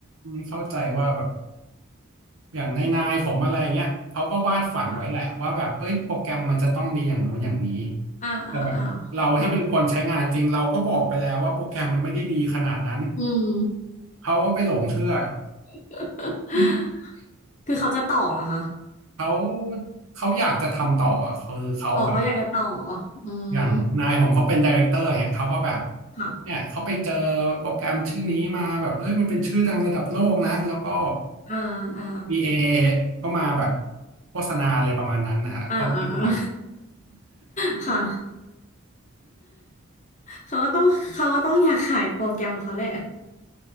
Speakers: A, on the right; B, on the left.
A: เข้าใจว่าแบบ อย่างในนายๆผมอะไรเงี้ยเขาก็วาดฝันไว้แหละว่าแบบเอ้ยโปรแกรมมันจะต้องดีอย่างโน้นอย่างนี้
B: ค่ะอ่าอ่าอ่า
A: แต่แบบเราที่เป็นคนใช้งานจริงเราก็บอกไปแล้วว่าโปรแกรมมันไม่ได้ดีขนาดนั้น
B: ค่ะอืม
A: เขาก็ไปหลงเชื่อ
B: <laughs>
A: <laughs>
B: คือเขาจะต่อเหรอคะ
A: เขาเขาอยากจะทำต่ออะคือเขาแบบ
B: อ๋อเขาอยากจะต่ออืม
A: อย่างนายผมเขาเป็นไดเรคเตอร์เนี่ยเขาก็แบบ
B: ค่ะ
A: เนี่ยเขาไปเจอโปรแกรมชื่อนี้มาแบบเอ้ยมันเป็นชื่อดังระดับโลกนะแล้วก็
B: อ่าอ่า
A: บีเอก็มาแบบโฆษณาเลยประมาณนั้นนะฮะก็วาดฝัน
B: อ่าอ่าอ่า <laughs> ค่ะเขาก็ต้องเขาก็ต้องอยากขายโปรแกรมเขาแหละ